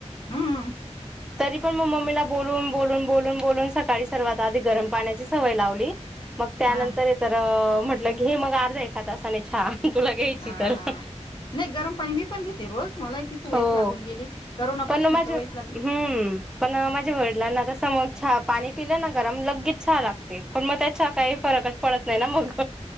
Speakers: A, on the left; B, in the centre.
A: हा...
B: तरी पण मग मम्मीला बोलून बोलून बोलून बोलून सकाळी सर्वात आधी गरम पाण्याची सवय लावली... मग त्यानंतर
A: हा
B: तर म्हटलं घे मग अर्धा एका त अस नाही छान तुला घ्यायची
A: हा
B: तर...
A: नाही गरम पाणी मी पण घेते रोज मला... सवयच
B: हो
A: लागून गेली करोनापासून
B: पण माझ
A: सवयच
B: हम्म
A: लागली
B: पण माझ्या वडिलांना तस मग चहापाणी पिल्याना गरम लगेच छान लागते पण मग त्याच्या काही फरकच पडत नाही ना मग.